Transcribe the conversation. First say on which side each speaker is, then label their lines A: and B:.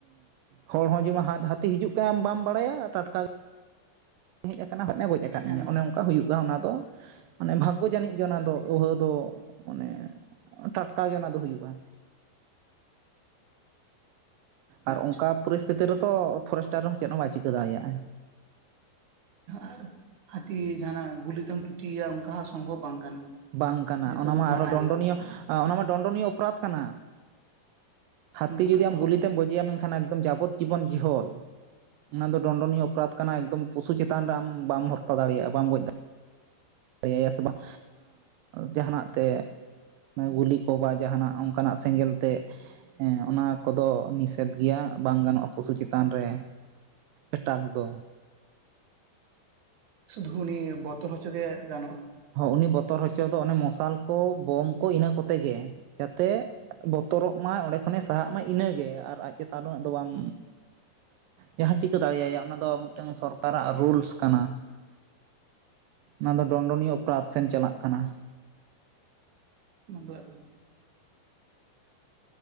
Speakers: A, on the right; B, on the right.
A: ᱦᱚᱲ ᱦᱚᱸ ᱡᱮᱢᱚᱱ ᱦᱟᱹᱛᱤ ᱦᱤᱡᱩᱜ ᱠᱟᱱᱟ ᱵᱟᱢ ᱵᱟᱲᱟᱭᱟ ᱴᱟᱴᱠᱟ ᱦᱮᱡ ᱟᱠᱟᱱᱟ ᱟᱨ ᱮ ᱜᱚᱡ ᱟᱠᱟᱫ
B: ᱦᱮᱸ
A: ᱢᱮᱭᱟ
B: ᱱᱚᱣᱟ
A: ᱚᱱᱮ
B: ᱫᱚ
A: ᱚᱱᱠᱟ ᱦᱩᱭᱩᱜ ᱚᱱᱟ ᱫᱚ ᱢᱟᱱᱮ ᱵᱷᱟᱜᱽᱜᱚ ᱡᱟᱹᱱᱤᱡ ᱜᱮ ᱚᱱᱟ ᱫᱚ ᱟᱹᱦᱟᱹ ᱫᱚ ᱢᱟᱱᱮ ᱴᱟᱴᱠᱟ ᱜᱮ ᱚᱱᱟ ᱫᱚ ᱦᱩᱭᱩᱜᱼᱟ
B: ᱚᱪ
A: ᱟᱨ ᱚᱱᱠᱟ ᱯᱚᱨᱤᱥᱛᱷᱤᱛᱤ ᱨᱮᱫᱚ ᱯᱷᱚᱨᱮᱥᱴᱟᱨ ᱦᱚᱸ ᱪᱮᱫ ᱦᱚᱸ ᱵᱟᱭ ᱪᱤᱠᱟᱹ ᱫᱟᱲᱮᱭᱟᱜᱼᱟ
B: ᱟᱨ ᱦᱟᱹᱛᱤ ᱡᱟᱦᱟᱸᱱᱟᱜ ᱜᱩᱞᱤ ᱛᱮᱢ ᱴᱩᱴᱤᱭᱮᱭᱟ ᱚᱱᱠᱟ ᱦᱚᱸ ᱥᱚᱢᱵᱷᱚᱵᱽ ᱵᱟᱝ ᱠᱟᱱᱟ
A: ᱵᱟᱝ ᱠᱟᱱᱟ
B: ᱡᱮᱦᱮᱛᱩ
A: ᱚᱱᱟ ᱢᱟ
B: ᱢᱟᱱᱟ
A: ᱟᱨᱦᱚᱸ ᱰᱚᱱᱰᱚᱱᱤᱭᱚ
B: ᱜᱮᱭᱟ
A: ᱚᱱᱟ ᱢᱟ ᱰᱚᱱᱰᱚᱱᱤᱭᱚ ᱚᱯᱨᱟᱫᱷ ᱠᱟᱱᱟ ᱦᱟᱹᱛᱤ
B: ᱚᱱᱟ ᱫᱚ
A: ᱡᱩᱫᱤ
B: ᱠᱟᱛᱷᱟ
A: ᱟᱢ
B: ᱦᱚᱸ
A: ᱜᱩᱞᱤᱛᱮᱢ
B: ᱠᱟᱱᱟ
A: ᱜᱚᱡᱮᱭᱟᱢ ᱢᱮᱱᱠᱷᱟᱱ ᱮᱠᱫᱚᱢ ᱡᱟᱵᱚᱛ ᱡᱤᱵᱚᱱ ᱡᱤᱦᱟᱹᱞ ᱚᱱᱟ ᱫᱚ ᱰᱚᱱᱰᱚᱱᱤᱭᱚ ᱚᱯᱚᱨᱟᱛ ᱠᱟᱱᱟ ᱮᱠᱫᱚᱢ ᱯᱚᱥᱩ ᱪᱮᱛᱟᱱ ᱨᱮ ᱟᱢ ᱵᱟᱢ ᱦᱚᱛᱛᱛᱟ ᱫᱟᱲᱮᱭᱟᱜᱼᱟ ᱫᱟᱲᱮᱭᱟᱜᱼᱟ ᱟᱭᱟ ᱥᱮ ᱵᱟᱝ ᱡᱟᱦᱟᱱᱟᱜ ᱛᱮ ᱜᱩᱞᱤ ᱠᱚ ᱵᱟ ᱡᱟᱦᱟᱱᱟᱜ ᱚᱱᱠᱟᱱᱟᱜ ᱥᱮᱸᱜᱮᱞ ᱛᱮ ᱦᱮᱸ ᱚᱱᱟ ᱠᱚᱫᱚ ᱱᱤᱥᱮᱫ ᱜᱮᱭᱟ ᱵᱟᱝ ᱜᱟᱱᱚᱜᱼᱟ ᱯᱚᱥᱩ ᱪᱮᱛᱟᱱ ᱨᱮ ᱮᱴᱟᱠ ᱫᱚ
B: ᱥᱩᱫᱩ ᱩᱱᱤ ᱵᱚᱛᱚᱨ ᱦᱚᱪᱚ ᱜᱮ ᱜᱟᱱᱚᱜᱼᱟ
A: ᱦᱚᱸ ᱩᱱᱤ ᱵᱚᱛᱚᱨ ᱦᱚᱪᱚ ᱫᱚ ᱚᱱᱮ ᱢᱚᱥᱟᱞ ᱠᱚ ᱵᱳᱢ ᱠᱚ ᱤᱱᱟᱹ ᱠᱚᱛᱮ ᱜᱮ ᱡᱟᱛᱮ ᱵᱚᱛᱚᱨᱚᱜ ᱢᱟᱭ ᱚᱸᱰᱮ ᱠᱷᱚᱱᱮ ᱥᱟᱦᱟᱜ ᱢᱟ ᱤᱱᱟᱹᱜᱮ ᱟᱨ ᱟᱡ ᱪᱮᱛᱟᱱ ᱩᱱᱟᱹ ᱫᱚ ᱵᱟᱢ ᱡᱟᱦᱟᱸ ᱪᱤᱠᱟᱹ ᱫᱟᱲᱮ ᱟᱭᱟᱢ ᱚᱱᱟ ᱫᱚ ᱢᱤᱫᱴᱟᱝ ᱥᱚᱨᱠᱟᱨᱟᱜ ᱨᱩᱞᱥ ᱠᱟᱱᱟ ᱚᱱᱟ ᱫᱚ ᱰᱚᱱᱰᱚᱱᱤᱭᱚ ᱚᱯᱚᱨᱟᱫᱷ ᱥᱮᱱ ᱪᱟᱞᱟᱜ ᱠᱟᱱᱟ
B: ᱢᱚᱱ <unintelligible>